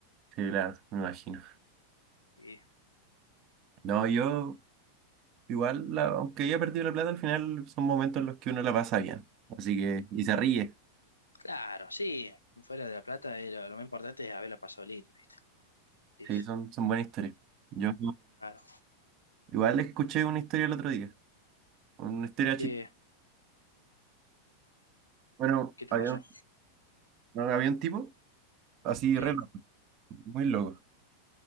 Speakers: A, on the right; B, on the left.
A: Sí, claro, me imagino.
B: Y,
A: No, yo, igual, la- aunque haya perdido la plata, al final son momentos en los que uno la pasa bien. Así que, y se ríe.
B: claro, sí. Fuera de La Plata, eh, lo, lo más importante es haberla pasado lindo, ¿viste?
A: Sí,
B: Sí, sí.
A: son, son buenas historias. Yo,
B: claro.
A: igual, escuché una historia el otro día, una historia
B: ¿Qué,
A: chistosa. Bueno,
B: qué te
A: había
B: pasó?
A: No había un tipo así
B: Sí,
A: re loco, muy loco.